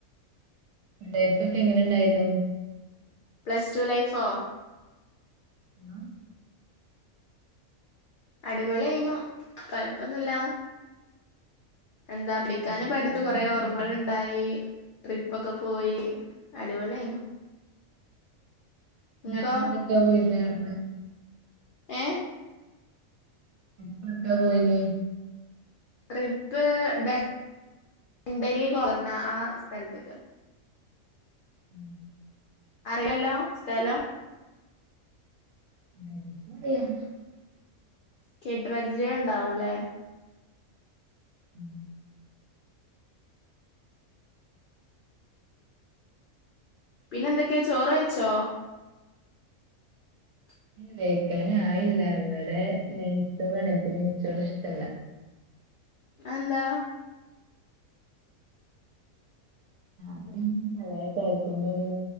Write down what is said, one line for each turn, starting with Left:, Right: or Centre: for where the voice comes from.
Right: ലൈഫ് ഒക്കെ എങ്ങനെ ണ്ടായ്ന്നു
Left: പ്ലസ് ടു ലൈഫോ?
Right: ആ
Left: അടിപൊളിയ്ന്നു തഴപ്പൊന്നല്ല എന്താ <unintelligible>
Right: എക്സാം
Left: കൊറെ
Right: ഒക്കെ
Left: ഓർമ്മകള്ണ്ടായി ട്രിപ്പൊക്കെ പ് പോയി അടിപൊളിയെയ്ന്നു.
Right: <unintelligible>
Left: ഇങ്ങക്കോ
Right: വിട്ക്കാ പോയീന്ന്ന്നർഞ്ഞ്.
Left: ഏഹ്
Right: പ്പ് ട്ക്കാ പോയീനി?
Left: ട്രിപ്പ് ടെൻ ഡലി ർഞ്ഞ ആ സ്ഥൽത്ത്ക്ക്
Right: മ്.
Left: അർലല്ലോ സ്ഥലം?
Right: <inaudible>
Left: കേട്ട് പരിചയൊണ്ടാവും ലെ
Right: മ്.
Left: പിന്നെന്തൊക്കെ ചോറയ്ച്ചോ? <inaudible>
Right: കയിക്കാനായില്ല ഇവിടെ നെയ്ച്ചോറാണെ നിക്ക് നെയ്ച്ചോറിഷ്ടല്ല
Left: അ എന്താ
Right: മ് കളയ കഴിക്കുമ്പോരൂ